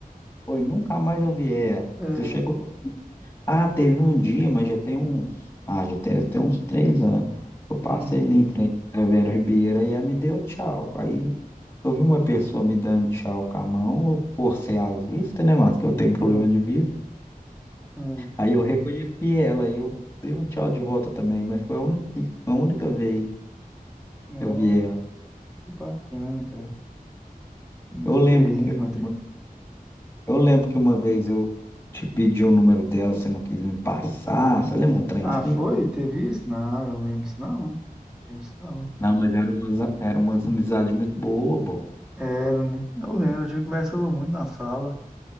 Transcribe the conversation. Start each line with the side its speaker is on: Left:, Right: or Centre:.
Left: Oi, nunca mais eu vi ela.
Centre: É,
Left: Você chegou. Ah, teve um dia, mas já tem uns. Ah, já tem, já tem uns três anos. Eu passei
Centre: hum,
Left: ali em frente à Vera Ribeira e ela me deu tchau. Aí eu vi uma pessoa me dando tchau com a mão, eu forcei as vistas, né, Márcio? Que eu tenho problema
Centre: hum,
Left: de vista.
Centre: hum.
Left: Aí eu reconheci ela e eu dei um tchau de volta também, mas foi a única, a única vez.
Centre: Ó,
Left: que eu vi ela.
Centre: que bacana, cara. Muito
Left: Eu lembro
Centre: bem,
Left: que
Centre: Rodrigo.
Left: uma, eu lembro que uma vez eu te pedi o número dela, você não quis me passar. Você lembra um trem
Centre: Ah,
Left: assim?
Centre: foi? Teve isso? Não, eu lembro disso não. Lembro disso não.
Left: Não, mas eram umas, era umas amizades muito boas, bom.
Centre: Era, né? Eu lembro, a gente conversava muito na sala.